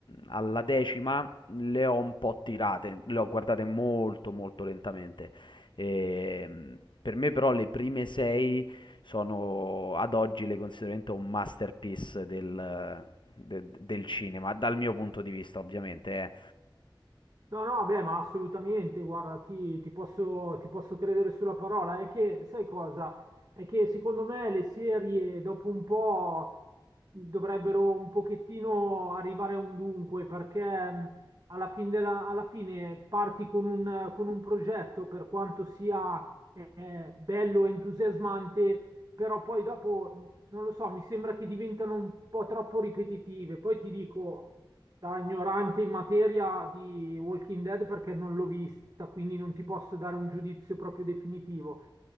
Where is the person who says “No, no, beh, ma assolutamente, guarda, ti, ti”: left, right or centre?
Right